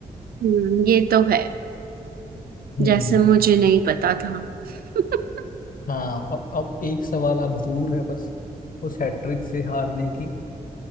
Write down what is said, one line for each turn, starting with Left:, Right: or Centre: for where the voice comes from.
Right: हम्म ये तो है
Left: हम्म
Right: जैसे मुझे नहीं पता था <laughs>
Left: हाँ और अब एक सवाल आप दूर है बस उस हैट्रिक से हारने की